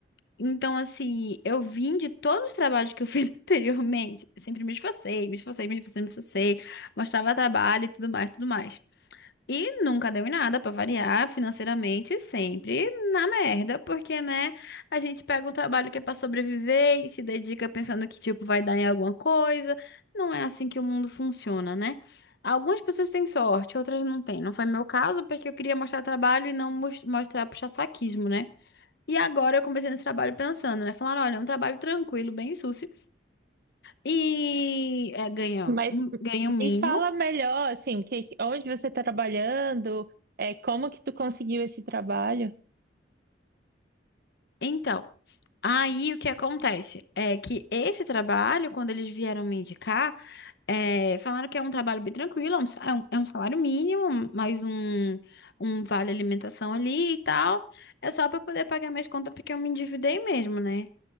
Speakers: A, on the left; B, on the right.
A: Então, assim, eu vim de todos os trabalhos que eu fiz <laughs> anteriormente. Eu sempre me esforcei, me esforcei, me esforcei, me esforcei. Mostrava trabalho e tudo mais, tudo mais. E nunca deu em nada pra variar financeiramente, sempre na merda, porque, né, a gente pega um trabalho que é pra sobreviver e se dedica pensando que, tipo, vai dar em alguma coisa. Não é assim que o mundo funciona, né? Algumas pessoas têm sorte, outras não têm. Não foi meu caso, porque eu queria mostrar trabalho e não mos- mostrar puxa-saquismo, né? E agora eu comecei nesse trabalho pensando, né? Falaram, olha, é um trabalho tranquilo, bem sucio, e é, ganha,
B: mas
A: um, ganha o mínimo.
B: me fala melhor, assim, que, onde você está trabalhando, é, como que tu conseguiu esse trabalho?
A: Então. Aí o que acontece é que esse trabalho, quando eles vieram me indicar, é, falaram que é um trabalho bem tranquilo, é um, sa- é um- é um salário mínimo, mais um, um vale alimentação ali e tal. É só para poder pagar minhas contas porque eu me endividei mesmo, né?